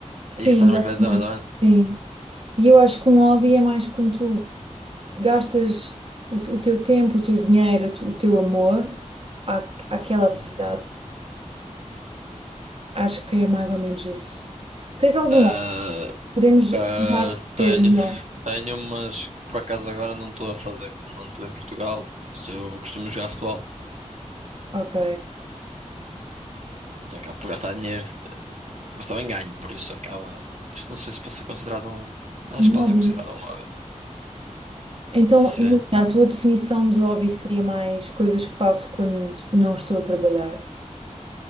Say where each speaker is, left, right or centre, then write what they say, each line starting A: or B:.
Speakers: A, on the right; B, on the right.
A: sim,
B: É isso que estás-me
A: exatamente.
B: a querer dizer, mais ou menos?
A: Sim. E eu acho que um hobby é mais quando tu gastas o, o teu tempo, o teu dinheiro, o teu amor à, àquela atividade.
B: Uhum.
A: Acho que é mais ou menos isso. Tens algum
B: Ah,
A: hobby? Podemos
B: ah,
A: tentar perceber
B: tenho,
A: melhor.
B: tenho, mas que por acaso agora não estou a fazer, como não estou em Portugal. Se eu costumo jogar futebol,
A: Ok.
B: e acabo por gastar dinheiro, mas também ganho, por isso acaba. Por isso não sei se posso ser considerado um. não
A: Um
B: Acho que posso
A: hobby.
B: ser considerado um hobby.
A: Então,
B: Sim.
A: imagina, a tua definição de hobby seria mais coisas que faço quando não estou a trabalhar.